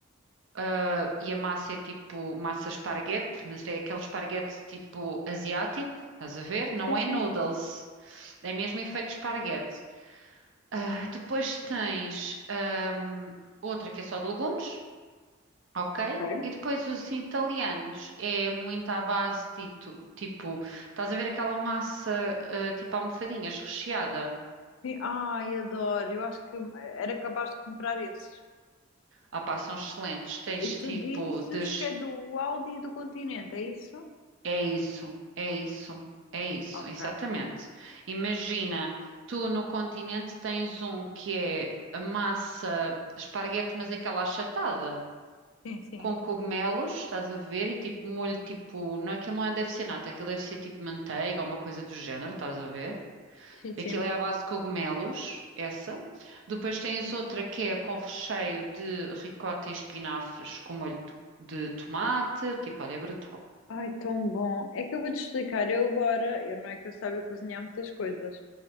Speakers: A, on the right; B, on the left.
A: Ah, e a massa é tipo massa esparguete, mas é aquele esparguete tipo asiático, estás a ver? Não
B: sim,
A: é
B: sim.
A: noodles, é mesmo efeito esparguete. Ah, depois tens ahm, outra que é só de legumes, ok?
B: Ok.
A: E depois os italianos é muito à base de tu- tipo, estás a ver aquela massa ah, tipo almofadinhas recheada?
B: Sim, ai, adoro. Eu acho que era capaz de comprar esses.
A: Ah pá, são excelentes. Tens
B: E tu
A: tipo
B: dizes
A: de
B: que é do Aldi e do Continente, é isso?
A: É isso, é isso, é isso,
B: Ok.
A: exatamente. Imagina, tu no continente tens um que é a massa esparguete, mas é aquela achatada,
B: Sim, sim.
A: com cogumelos, estás a ver, e tipo molho, tipo, não, aquilo não é, deve ser nata, aquilo deve ser tipo manteiga ou uma coisa do género, estás a ver?
B: Sim, sim.
A: Aquilo é à base de cogumelos, essa. Depois tens outra que é com recheio de ricota e espinafres com molho de de tomate, tipo, olha, é brutal.
B: Ai, tão bom. É que eu vou-te explicar. Eu agora, eu não é que eu saiba cozinhar muitas coisas.